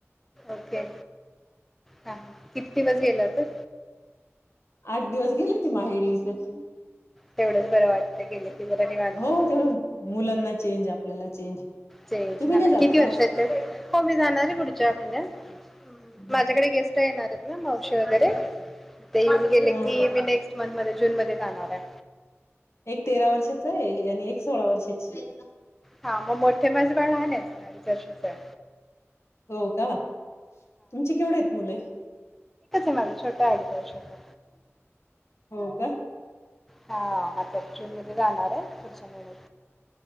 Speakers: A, in the centre; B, on the left.
A: ओके. हा हा किती दिवस गेला होतात.
B: आठ दिवस गेली होती, माहेरी इथच.
A: तेवढंच बरं वाटत, गेल की जरा निवांत
B: हो
A: होत.
B: तेवढं मुलांना चेंज आपल्याला चेंज.
A: ते
B: तुम्ही
A: झाला
B: नाही जात
A: किती
B: का
A: वर्षाच्या, हो मी जाणारय पुढच्या महिन्यात.
B: मग
A: माझ्याकडे गेस ते येणारयेत ना मावशी वगैरे. ते येऊन गेले
B: हा
A: की मी नेक्स्ट मन मध्ये जूनमध्ये जाणाराय.
B: तेरा वर्षाचाय आणि एक सोळा वर्षाची.
A: हा म मठ. ते माज बाळ लहानय. अडीच वर्षाचाय.
B: हो का तुमचे केवढेयेत मुले.
A: माझा छोटाय अडीच वर्षाचा.
B: हो का?
A: हा म आता जूनमध्ये जाणारय, पुढच्या महिन्यात.